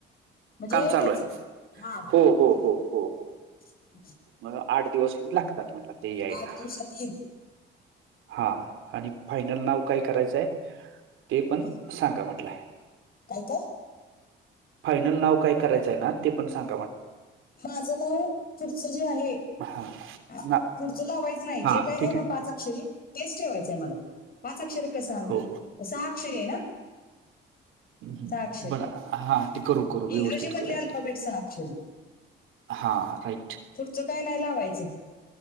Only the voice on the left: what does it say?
म्हणजे
त्याच हा
<inaudible>
आठ दिवसात इल.
हं?
काय काय?
माझं नाव फुडच जी आहे.
पुढचं
लावायचं नाही
जे काय
आहे ना पाच अक्षरी तेच ठेवायचं आहे मला. पाचक्षर का सहावीए
सहा अक्षरी अय ना?
सहा अक्षरी
इंग्रजी मधले
अल्फाबेट
सहा अक्षरी
पुढचं काय नाही लावायचं